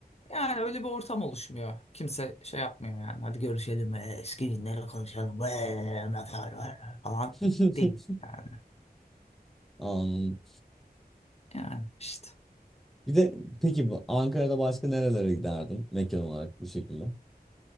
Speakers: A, on the left (about 40°); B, in the centre.
A: yani öyle bir ortam oluşmuyor. Kimse şey yapmıyor yani. Hadi görüşelim, e, eski günleri konuşalım. e, Neler var falan
B: <laughs>
A: değil yani.
B: Anladım.
A: Yani işte
B: Bir de peki bu Ankara'da başka nerelere giderdin mekan olarak bu şekilde?